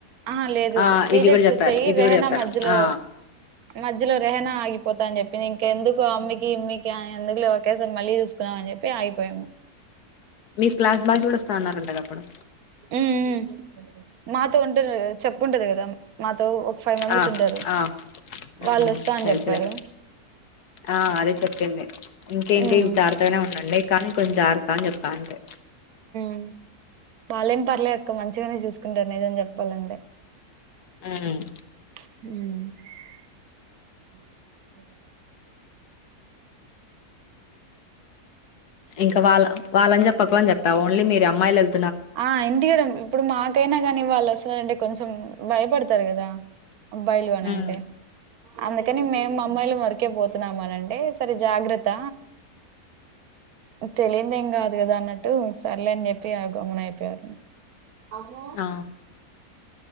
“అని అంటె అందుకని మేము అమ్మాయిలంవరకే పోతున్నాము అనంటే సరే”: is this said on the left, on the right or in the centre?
Right